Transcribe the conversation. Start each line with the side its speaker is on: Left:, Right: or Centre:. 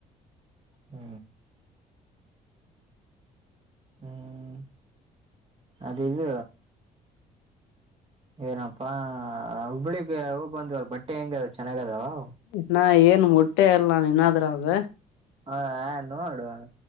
Right: ಹ್ಮ ಹ್ಮ್ ಅದು ಇದ್ ಏನಪ್ಪಾ ಹುಬ್ಬಳಿಗೆ ಹೋಗಿ ಬಂದಲ್ಲ ಬಟ್ಟೆ ಹೆಂಗದ ಚೆನ್ನಾಗ ಅದಾವ
Left: ಇನ್ನ ಏನ್ ಮುಟ್ಟೆ ಅಲ್ಲ ಇನ್ನಾದ್ರಾಗ
Right: ಹಾ ನೋಡು